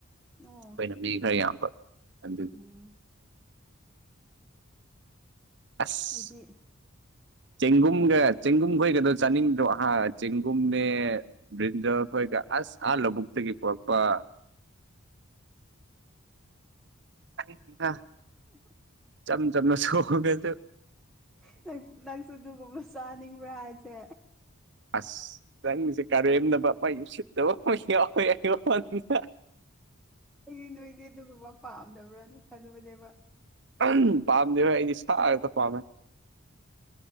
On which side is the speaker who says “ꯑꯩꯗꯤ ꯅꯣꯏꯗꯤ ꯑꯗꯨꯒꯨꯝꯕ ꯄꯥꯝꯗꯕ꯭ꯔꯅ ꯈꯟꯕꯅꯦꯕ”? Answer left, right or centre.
Centre